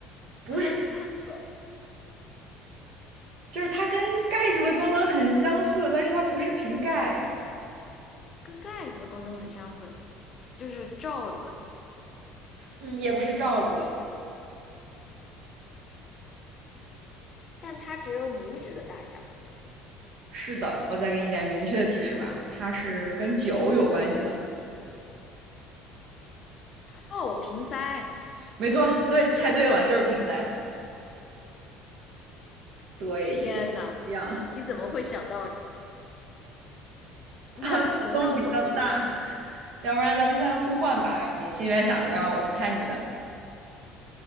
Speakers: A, on the right (about 60°); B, on the left (about 30°).
A: 不是，
B: 喷喷嘴，
A: 就是它跟盖子的功能很相似，但是它不是瓶盖，
B: 跟盖子功能很相似，就是罩子，
A: 嗯，也不是罩子。
B: 但它只有拇指的大小。
A: 是的，我再给你一点明确的提示吧，它是跟酒有关系的。
B: 哦，瓶塞！
A: 没错，对，猜对了，就是瓶塞。对，
B: 天呐，
A: 就一样，<laughs>
B: 你怎么会想到？那轮到我这边了，
A: 活动比较大 <laughs>。要不然咱们现在互换吧，你心里面想一个，让我去猜你的。